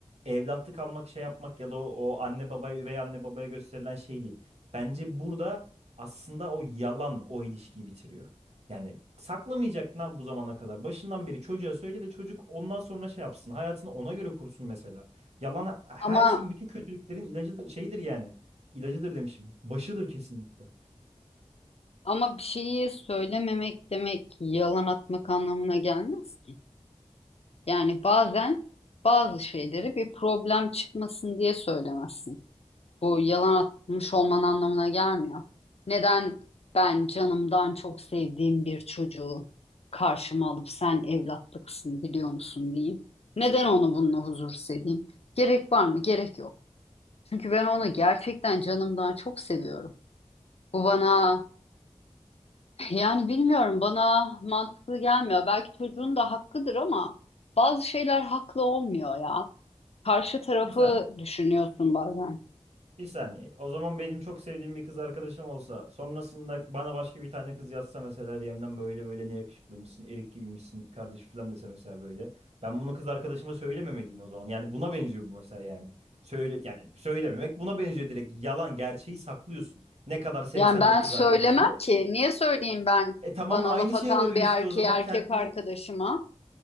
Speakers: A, on the right (about 65°); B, on the left (about 60°).
A: evlatlık almak şey yapmak ya da o, o anne babaya üvey anne babaya gösterilen şey değil. Bence burada aslında o yalan o ilişkiyi bitiriyor. Yani saklamayacaktın lan bu zamana kadar. Başından beri çocuğa söyle de çocuk ondan sonra şey yapsın. Hayatını ona göre kursun mesela. Yalan her
B: Ama
A: şeyin bütün kötülüklerin ilacıdır, şeyidir yani. İlacıdır demişim. Başıdır kesinlikle.
B: ama bir şeyi söylememek demek yalan atmak anlamına gelmez ki. Yani bazen bazı şeyleri bir problem çıkmasın diye söylemezsin. Bu yalan atmış olman anlamına gelmiyor. Neden ben canımdan çok sevdiğim bir çocuğu karşıma alıp sen evlatlıksın biliyor musun diyeyim. Neden onu bununla huzursuz edeyim? Gerek var mı? Gerek yok. Çünkü ben onu gerçekten canımdan çok seviyorum. Bu bana <laughs> yani bilmiyorum bana mantıklı gelmiyor. Belki çocuğun da hakkıdır ama bazı şeyler haklı olmuyor ya. karşı tarafı
A: Bir saniye.
B: düşünüyorsun bazen.
A: Bir saniye. O zaman benim çok sevdiğim bir kız arkadaşım olsa sonrasında bana başka bir tane kız yazsa mesela DM'den böyle böyle ne yakışıklıymışsın, erik gibiymişsin kardeş falan dese mesela böyle. Ben bunu kız arkadaşıma söylememeliyim o zaman. Yani buna benziyor bu mesela yani. Söyle yani söylememek buna benziyor direkt. Yalan gerçeği saklıyorsun. Ne kadar sevsen
B: Yani ben
A: de kız
B: söylemem
A: arkadaşını.
B: ki. Niye söyleyeyim ben
A: E tamam
B: bana
A: aynı
B: laf atan
A: şeye varıyor
B: bir
A: işte
B: erkeği
A: o zaman.
B: erkek
A: Kendi
B: arkadaşıma?